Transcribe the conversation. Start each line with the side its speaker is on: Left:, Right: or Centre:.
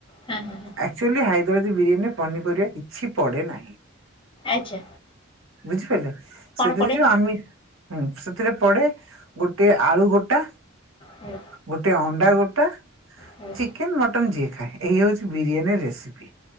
Left: ହଁ ହଁ ହଁ
Right: ଆକ୍ଚୁଆଲି ହାଇଦ୍ରବାଦୀ ବିରିୟାନୀରେ ପନିପରିବା କିଛି ପଡ଼େ ନାହିଁ।
Left: ଆଛା।
Right: ବୁଝିପାଇଲେ ସେଥିରେ
Left: ପଡ଼େ?
Right: ଯୋଉ ଆମି ହୁଁ ସେଥିରେ ପଡେ ଗୋଟେ ଆଳୁ ଗୋଟା
Left: ହୁଁ
Right: ଗୋଟେ ଅଣ୍ଡା ଗୋଟା
Left: ହୁଁ
Right: ଚିକେନ୍ ମଟନ୍ ଯିଏ ଖାଏ ଏଇଆ ହୋଉଚି ବିରିୟାନୀ ରେସିପି।